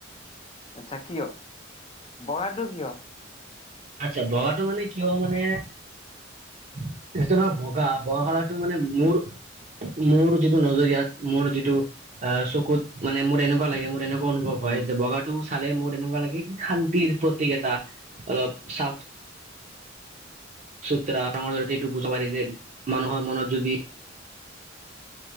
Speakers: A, on the left; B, on the right.
A: আচ্ছা! কিয়? বগাটো কিয়?
B: আচ্ছা! বগাটো মানে, কিয় মানে, <unintelligible> বগা, বগকালাৰটো মানে, মোৰ মোৰ যিটো নজৰিয়াত, মোৰ যিটো আঁ চকুত। মানে, মোৰ এনেকুৱা লাগে, মোৰ এনে অনুভৱ হয়।
A: উম।
B: যে, বগাটো চালে, মোৰ এনেকুৱা লাগে, কি শান্তিৰ প্ৰতীক এটা! অলপ চাফ চোত্ৰা। ৰঙৰ জৰিয়তে, এইটো বুজাব পাৰি যে, মানুহৰ মনত যদি,